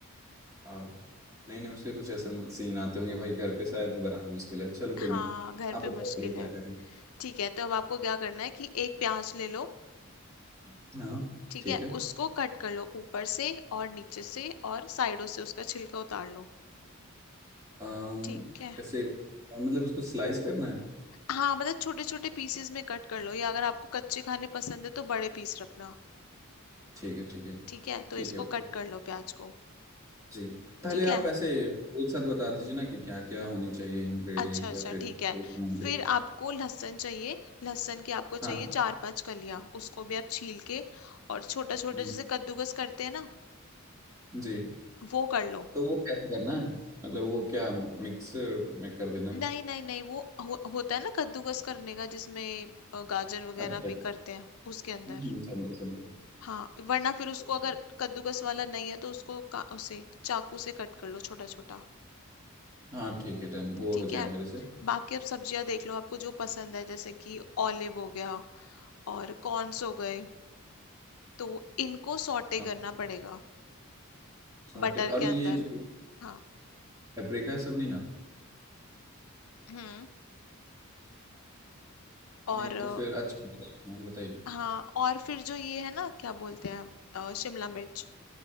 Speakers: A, on the right; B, on the left.
A: हाँ नहीं नहीं उसके कुछ ऐसे सीन आते होंगे भाई घर पे शायद बनाना मुश्किल है चलो कोई
B: हाँ
A: ना
B: घर
A: आप
B: पे
A: बताओगे
B: मुश्किल
A: क्या
B: है
A: करना
B: ठीक है तो अब आपको क्या करना है कि एक प्याज ले लो
A: है हाँ
B: ठीक
A: ठीक
B: है
A: है
B: उसको कट कर लो ऊपर से और नीचे से और साइडों से उसका छिलका उतार लो
A: अम,
B: ठीक है
A: कैसे अ, मतलब उसको स्लाइस करना है
B: हाँ मतलब छोटे छोटे पीसेस में कट कर लो या अगर आपको कच्चे खाने पसंद है तो बड़े पीस रखना
A: ठीक है ठीक है
B: ठीक है तो
A: ठीक
B: इसको
A: है उसको
B: कट कर लो प्याज को
A: जी पहले
B: ठीक
A: आप
B: है
A: ऐसे एक साथ बता दीजिए ना कि क्या क्या होनी चाहिए इंग्रेडिएंट
B: अच्छा अच्छा
A: या फिर
B: ठीक
A: कोई
B: है
A: सामग्री
B: फिर आपको लहसुन चाहिए लहसुन की आपको
A: हाँ
B: चाहिए चार पांच कलियां उसको भी आप छील के और छोटा छोटा
A: हम्म,
B: जैसे कद्दूकस करते हैं ना
A: जी
B: वो कर लो
A: तो वो कैसे करना है मतलब वो क्या मिक्स में कर देना है
B: नहीं नहीं नहीं वो हो, होता है ना कद्दूकस करने का जिसमें अ, गाजर वगैरह
A: अच्छा
B: भी करते हैं उसके अंदर
A: हम्म, समझ समझ
B: हाँ वरना फिर उसको
A: अच्छा
B: अगर कद्दूकस वाला नहीं है तो उसको का, उसे चाकू से कट कर लो छोटा छोटा
A: हाँ ठीक है डन वो
B: ठीक
A: हो जाएगा
B: है
A: मेरे से
B: बाकी आप सब्जियां देख लो आपको जो पसंद है जैसे कि ऑलिव हो गया और कॉर्न्स हो गए तो इनको सॉटे
A: हाँ
B: करना पड़ेगा
A: सॉटे
B: बटर
A: और
B: के
A: ये
B: अंदर
A: जो
B: हाँ
A: पेपरिका है सब नहीं ना
B: हम्म और
A: नहीं
B: अ,
A: तो फिर अच्छा हाँ बताइए
B: हाँ और फिर जो ये है ना क्या बोलते हैं अ, शिमला मिर्च